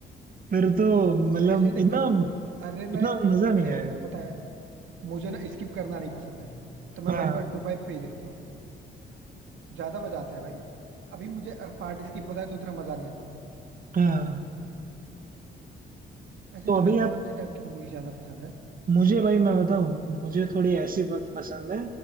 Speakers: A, on the right; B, on the right.
A: फिर तो मतलब
B: ऐसे ही देखता
A: इतना
B: अरे
A: इतना
B: मैं
A: मजा नहीं
B: ऐ-
A: आएगा
B: पता है मुझे ना स्किप करना नहीं पसंद है तो मैं
A: हाँ
B: 1.25 पे ही देखता हूँ ज्यादा मजा आता है भाई अभी मुझे पार्ट स्किप होता है तो उतना मजा नहीं आता
A: हाँ
B: वैसे
A: तो
B: तुम्हें
A: अभी
B: कौन
A: आप
B: से टाइप की मूवी ज्यादा पसंद है
A: मुझे भाई मैं बताऊं मुझे थोड़ी ऐसी प- पसंद है